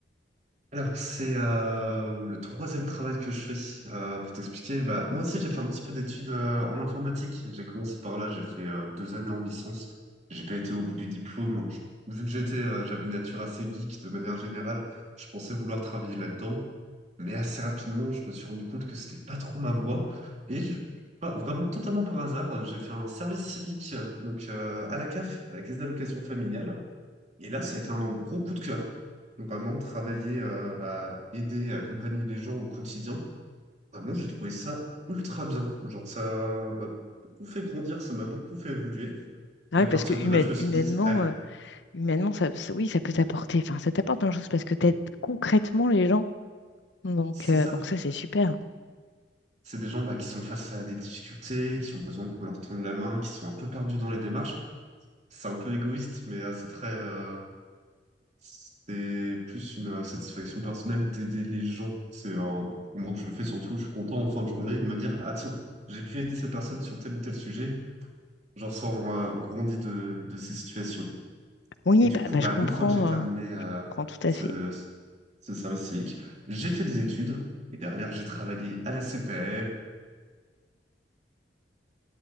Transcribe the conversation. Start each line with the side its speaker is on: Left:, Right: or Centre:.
Right: Alors, c'est euh, le troisième travail que je fais. Euh, pour t'expliquer, bah, moi aussi, j'ai fait un petit peu d'études euh, en informatique. J'ai commencé par là, j'ai fait euh, deux années en licence. J'ai pas été au bout du diplôme. Je- Vu que j'étais, euh, j'avais une nature assez geek de manière générale, je pensais vouloir travailler là-dedans. Mais assez rapidement, je me suis rendu compte que c'était pas trop ma voie. Et je- pas- vraiment, totalement par hasard, j'ai fait un service civique donc euh, à la CAF, à la Caisse d'allocation familiale. Et là, ça a été un gros coup de cœur. Donc, Vraiment, travailler, euh, bah, aider, accompagner les gens au quotidien. Vraiment, j'ai trouvé ça ultra bien. Genre, ça m'a beaucoup fait grandir, ça m'a beaucoup fait évoluer.
Left: Ah
Right: Et
Left: oui,
Right: à partir
Left: parce que humaine-
Right: de là, je me suis
Left: humainement,
Right: dit, allez,
Left: euh, humainement ça, ça- oui, ça peut t'apporter, enfin, ça t'apporte plein de choses parce que tu aides concrètement les gens. Donc,
Right: c'est
Left: euh,
Right: ça.
Left: donc ça, c'est super.
Right: C'est des gens bah, qui sont face à des difficultés, qui ont besoin qu'on leur tende la main, qui sont un peu perdus dans les démarches. C'est un peu égoïste, mais euh, c'est très, euh, C'est plus une euh, satisfaction personnelle d'aider les gens. C'est euh, pour moi que je le fais surtout. Je suis content en fin de journée de me dire, ah tiens, j'ai pu aider cette personne sur tel ou tel sujet. J'en sors euh, grandi de, de ces situations.
Left: Oui,
Right: Et du
Left: bah,
Right: coup,
Left: bah,
Right: bah,
Left: je comprends,
Right: une fois que j'ai terminé
Left: euh, je
Right: euh,
Left: comprends tout
Right: ce,
Left: à fait.
Right: ce service civique, j'ai fait des études et derrière, j'ai travaillé à la CPM,